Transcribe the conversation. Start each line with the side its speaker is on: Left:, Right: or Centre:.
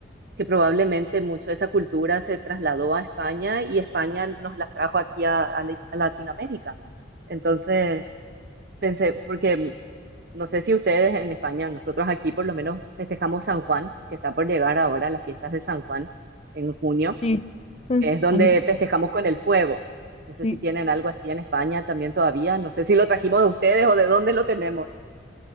Right: que probablemente mucho de esa cultura se trasladó a España y España nos las trajo aquí a a Lat- a Latinoamérica. Entonces, pensé, porque no sé si ustedes en España, nosotros aquí por lo menos festejamos San Juan, que está por llegar ahora las fiestas de San Juan en junio,
Left: Sí. Ah,
Right: que es donde
Left: Aquí también.
Right: festejamos con el fuego. No sé
Left: Sí.
Right: si tienen algo así en España también todavía, no sé si lo trajimos de ustedes o de dónde lo tenemos.